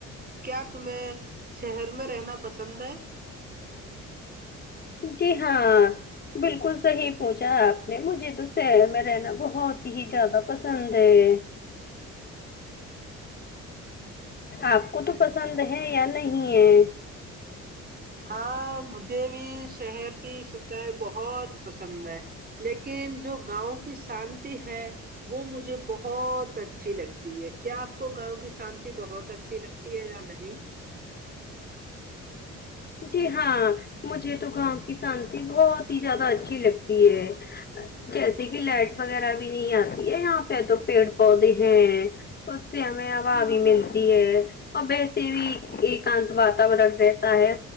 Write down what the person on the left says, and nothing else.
جی ہاں بالکل صحیح پوچھا آپ نے مجھے تو شہر میں رہنا بہت ہی زیادہ پسند ہے آپ کو تو پسند ہے یا نہیں ہے
جی ہاں مجھے تو گاؤں کی شانتی بہت ہی زیادہ اچھی لگتی ہے جیسے کہ لائٹ وغیرہ بھی نہیں آتی ہے یہاں پہ تو پیڑ پودے ہیں اس سے ہمیں ہا بھی ملتی ہے اور ویسے بھی ایکانت واتورن رہتا ہے